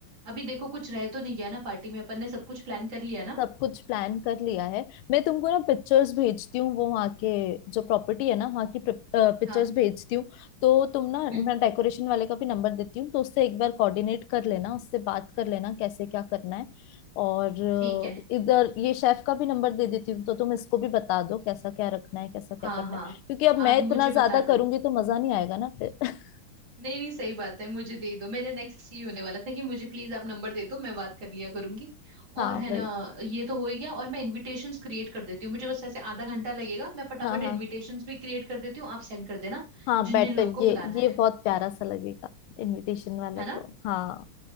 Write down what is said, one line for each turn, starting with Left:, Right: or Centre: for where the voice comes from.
Right: अभी देखो कुछ रह तो नहीं गया ना पार्टी में अपन ने सब कुछ प्लान कर लिया ना
Left: सब कुछ प्लान कर लिया है मैं तुमको ना पिक्चर्स भेजती हूँ वो वहाँ के जो प्रॉपर्टी है ना वहाँ की पिक्चर्स
Right: हाँ
Left: भेजती हूँ तो तुम ना
Right: हम्म,
Left: मैं डेकोरेशन वाले का भी नंबर देती हूँ तो उससे एक बार कोऑर्डिनेट कर लेना उससे बात कर लेना कैसे क्या करना है और
Right: ठीक है
Left: अ, इधर ये शेफ का भी नंबर दे देती हूँ तो तुम इसको भी बता दो कैसा क्या रखना है कैसा क्या
Right: हाँ
Left: करना
Right: हाँ
Left: है क्योंकि अब मैं
Right: आप मुझे
Left: इतना ज्यादा
Right: बता दो
Left: करूंगी तो मजा नहीं आएगा ना फिर <laughs>
Right: नहीं नहीं सही बात है मुझे दे दो मेरा नेक्स्ट ये होने वाला था कि मुझे प्लीज आप नंबर दे दो मैं बात कर लिया करूंगी
Left: हाँ
Right: और है
Left: वही
Right: ना ये तो हो ही गया और मैं इनविटेशंस क्रिएट कर देती हूँ मुझे बस ऐसे आधा घंटा लगेगा मैं फटाफट
Left: हाँ हाँ
Right: इनविटेशंस भी क्रिएट कर देती हूँ आप सेंड कर देना
Left: हाँ
Right: जिन
Left: बेटर
Right: जिन लोगों को
Left: ये
Right: बुलाना
Left: ये
Right: है
Left: बहुत प्यारा सा लगेगा इनविटेशन वाला
Right: है
Left: तो
Right: ना
Left: हाँ